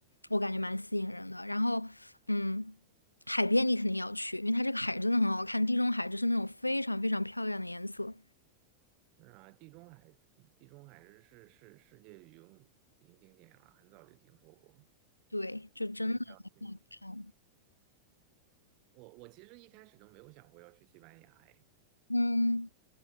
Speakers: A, on the left; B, on the right.
A: 我感觉蛮吸引人的。然后，嗯，海边你肯定要去，因为它这个海真的很好看，地中海就是那种非常非常漂亮的颜色。
B: 嗯啊，地中海地中海是是是世界旅游名景点了，很早就听说过，
A: 对，就真的
B: 一定是要去。
A: 看，
B: 我我其实一开始都没有想过要去西班牙，哎。
A: 嗯。